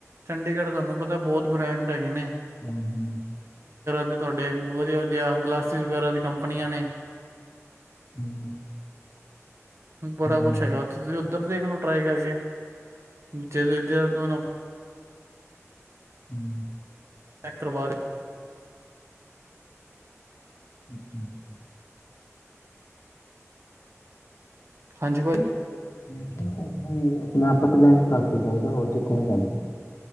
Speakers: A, on the right; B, on the left.
A: ਚੰਡੀਗੜ੍ਹ ਤੁਹਾਨੂੰ ਪਤਾ ਬਹੁਤ ਬ੍ਰੈਂਡ ਹੈਗੇ ਨੇ।
B: ਹੂੰ-ਹੂੰ।
A: ਤੇ ਤੁਹਾਡੇ ਵਧੀਆ-ਵਧੀਆ ਗਲਾਸਿਸ ਵਗੈਰਾ ਦੀ ਕੰਪਨੀਆਂ ਨੇ।
B: ਹੂੰ।
A: ਬੜਾ
B: ਹਾਂ
A: ਕੁੱਛ
B: ਹਾਂ
A: ਹੈਗਾ ਉੱਥੇ ਤੁਸੀ ਉੱਧਰ ਦੇਖਲੋ ਟਰਾਈ ਕਰਕੇ, ਜਦੋਂ ਇਧਰ <unintelligible>
B: ਹੂੰ।
A: ਏ ਕਰਵਾ ਰੇ
B: ਅੱਛਾ-ਅੱਛਾ।
A: ਹਾਂਜੀ ਬਾਈ?
B: ਮੈਂ ਕਿਹਾ ਆਪਣੇ ਆਪਾਂ ਤੇ ਲੇੰਸ ਕਾਰਟ ਤੇ ਜਾਈਦਾ, ਹੋਰ ਤੇ ਕੋਈ ਗੱਲ ਨੀ।